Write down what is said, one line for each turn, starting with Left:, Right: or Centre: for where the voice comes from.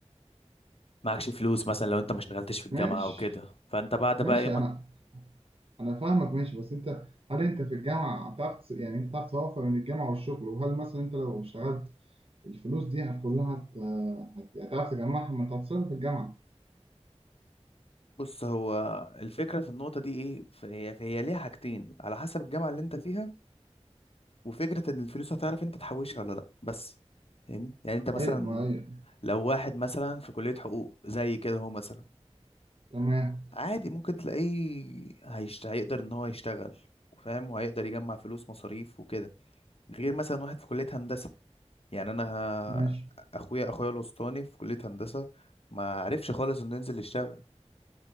Left: معكش فلوس مثلا لو انت ما اشتغلتش في الجامعة
Right: ماشي
Left: او كده فانت بعد
Right: ماشي
Left: بقى ايه ما
Right: انا انا فاهمك ماشي بس انت هل انت في الجامعه هتعرف تس- يعني انت هتعرف توفق بين الجامعه والشغل وهل مثلا انت لو اشتغلت الفلوس دي هت- كلها هت- هت- هتعرف تجمعها ما انت هتصرف في الجامعه
Left: بص هو الفكرة في النقطة دي ايه فهي فهي ليها حاجتين على حسب الجامعة اللي انت فيها وفكرة ان الفلوس هتعرف انت تحوشها ولا لا بس فاهمني يعني انت مثلا
Right: ايوه ايوه
Left: لو واحد مثلا في كلية حقوق زي كده هو مثلا
Right: تمام
Left: عادي ممكن تلاقيه هيشت... هيقدر ان هو يشتغل وفاهم وهيقدر يجمع فلوس مصاريف وكده غير مثلا واحد في كلية هندسة يعني انا ه-
Right: ماشي
Left: اخويا اخويا الوسطاني في كلية هندسة ما عرفش خالص انه ينزل يشتغل